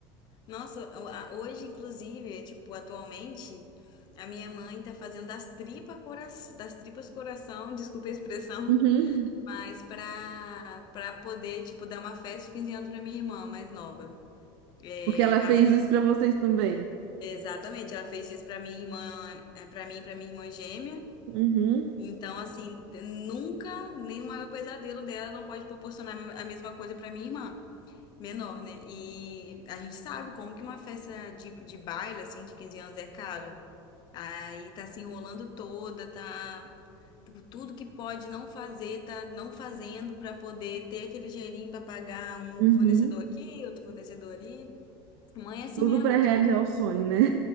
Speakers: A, on the left; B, on the right.
A: Nossa, o- a- hoje, inclusive, é, tipo, atualmente, a minha mãe tá fazendo das tripas coração, das tripas coração, <laughs> desculpa a expressão,
B: Uhum.
A: <laughs> mas pra, pra poder, tipo, dar uma festa de 15 anos pra minha irmã mais nova. É,
B: Porque ela
A: as-
B: fez isso pra vocês também.
A: exatamente, ela fez isso pra minha irmã, é, pra mim, e pra minha irmã gêmea.
B: Uhum,
A: Então, assim, d- nunca, nem o maior pesadelo dela não pode proporcionar a mesma coisa pra minha irmã. menor, né? E a gente sabe como que uma festa de, de baile, assim, de 15 anos é caro. Aí tá se enrolando toda, tá. tipo, Tudo que pode não fazer, tá não fazendo pra poder ter aquele dinheirinho pra pagar um
B: uhum.
A: fornecedor aqui, outro fornecedor ali. Mãe é assim
B: Tudo
A: mesmo,
B: pra realizar
A: tu-
B: o sonho, né?